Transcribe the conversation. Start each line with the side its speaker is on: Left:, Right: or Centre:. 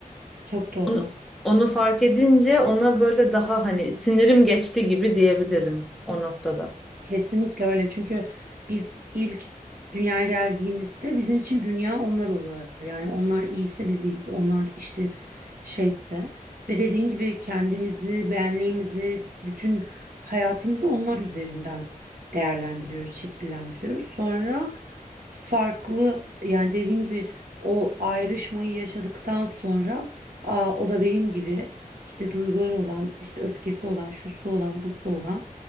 Right: Çok doğru.
Centre: Onu, onu fark edince ona böyle daha hani sinirim geçti gibi diyebilirim o noktada.
Right: Kesinlikle öyle. Çünkü biz ilk dünyaya geldiğimizde bizim için dünya onlar oluyor. Yani onlar iyiyse biz iyiyiz. Onlar işte şeyse ve dediğin gibi kendimizi, benliğimizi, bütün hayatımızı onlar üzerinden değerlendiriyoruz, şekillendiriyoruz. Sonra farklı yani dediğin gibi o ayrışmayı yaşadıktan sonra Aa, o da benim gibi işte duyguları olan, işte öfkesi olan, şusu olan, busu olan